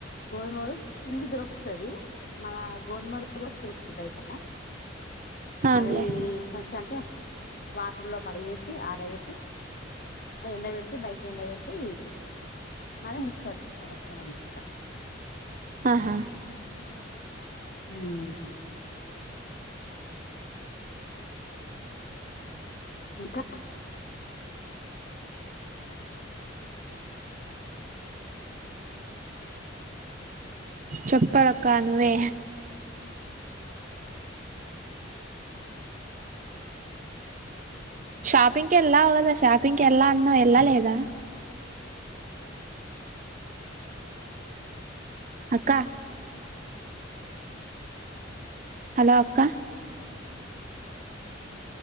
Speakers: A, on the left; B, on the right.
A: గోధుమలు పిండి దొరుకుస్తది మన గోధుమలు కూడా దొరుకుతయ్ బయట
B: అవునులే
A: అవి కసి అంటే వాటర్లో కడిగేసి ఆరబెట్టి అవిఎండ పెట్టి బయట ఎండ పెట్టి మళ్ళ మిక్సీ పట్టించుకొని వస్తాం అనమాట
B: ఆహా
A: మ్ ఇంకా
B: చెప్పలక్క నువ్వే షాపింగ్ కేలావు కదా షాపింగ్ కేళ్ళ అన్నావ్ ఎళ్ళ లేదా అక్క హలో అక్క